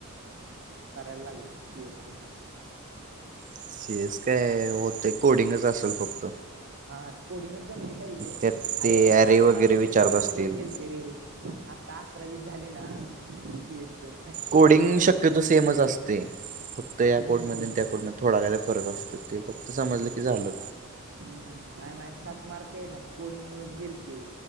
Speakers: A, on the right; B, on the right.
A: करायला लागेल सी एसचा.
B: सीएस काय होत कोडिंगच असेल फक्त.
A: हा कोडिंगच जमली पाहिजे
B: त्यात ते
A: अरे सात
B: वगैरे
A: मार्क
B: विचारत
A: ते कोडिंग
B: असतील
A: मध्येच गेलते रे. आता अकरावी झाली ना सीएसीस.
B: कोडिंग शक्यतो सेमच असते फक्त
A: हम्म
B: या कोडमध्ये त्या कोडमध्ये. थोडा काय फरक असतो ते फक्त समजलं
A: तेच
B: की झालं.
A: हम्म नाही माझे सात मार्क आहे ना कोडिंग मुळच गेलती